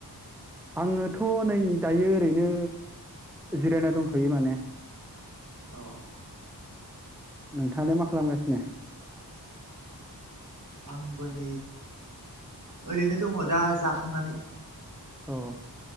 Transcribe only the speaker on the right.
औ
आंबो नै ओरैनो दङ दा जाखांनानै